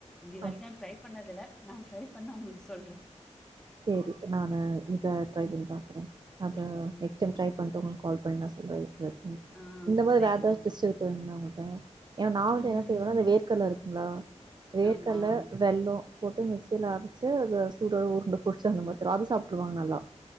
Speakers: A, in the centre; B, on the right.
A: இப்டி வரைக்கு
B: ஆ
A: ட்ரை பண்ணதுல நா ட்ரை பண்ணா உங்ளுக்கு சொல்றே
B: சேரி நானு இத ட்ரை பண்ணி பாக்குறே அத
A: ம்.
B: நெக்ஸ் டைம் ட்ரை பண்ட்டு உங்களுக் கால் பண்ணி நா சொல்றே எப்டி இருக்குன்
A: ஆ
B: இந்த மார்
A: சரிம்மா.
B: வேதாவ் டிஸ் இருக்குங்ளா உங்கள்ட்ட ஏனா நா வந்து
A: ம்.
B: என்ன செய்வேன்னா இந்த வேர்கல்ல இருக்குங்ளா வேர்கல்ல
A: ஆமா.
B: வெல்லோ போட்டு மிக்சில அரச் சு அது சூடோட உருண்ட புடிச்சு அந்த மாரி தருவோ அது சாப்ட்டுருவாங்க நல்லா